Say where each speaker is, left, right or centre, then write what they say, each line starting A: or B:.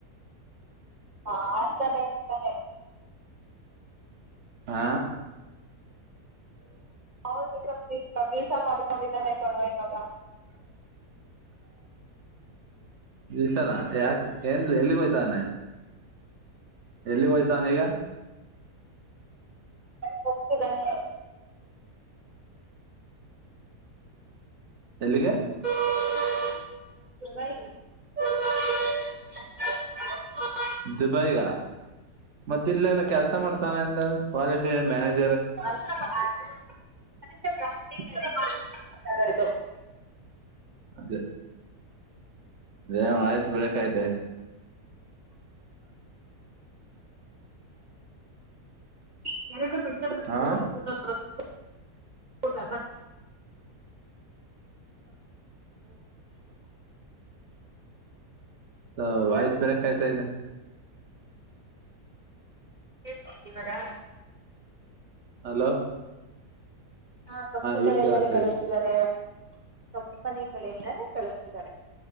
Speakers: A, on the right (about 70°); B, on the right (about 50°).
A: <unintelligible>
B: ಆ
A: ಅವನ್ ಈಗ ಈಗ ವೀಸಾ ಮಾಡ್ಕೊಂಡಿದ್ದಾನೆ ಕಣೋ ಇವಾಗ
B: <unintelligible> ದಸನಾ ಯ ಎಏನ್ ಎಲಿ ಕೊಯ ತಾನ ಎಲ್ಲಿ ಹೋಯ್ತಾನ ಈಗ
A: ಹೋಗತದಾನೆ
B: ಎಲ್ಲಿಗೆ
A: <unintelligible>
B: ದುಬೈಗ ಮತ್ತ ಇಲ್ಲೆಲ್ಲ ಕೆಲ್ಸ ಮಾಡ್ತಾನ ಎಂದ ಮ್ಯಾನೇಜ
A: <unintelligible>
B: ಅದೇ <unintelligible> ಆಐಸ್ ಬ್ರೇಕ ಆಯತ
A: <unintelligible>
B: ಹಾ
A: ಊಟ <unintelligible>
B: ಹ ವೈಸ್ ಬರ ಕಾಯ್ತ ಇದು
A: ಹಳ್ತ ಇವರಾ
B: ಹಲೋ
A: ಹಾ ಕಂಪನಿ
B: ಈಗ
A: ಕಡೆಯಿಂದಾನೇ
B: ಕೇಳಸ್ತೈತಿ
A: ಕಳಿಸ್ತಿದ್ದಾರೆ ಕಂಪನಿ ಕಡೆಯಿಂದಾನೇ ಕಳಿಸ್ತಿದ್ದಾರೆ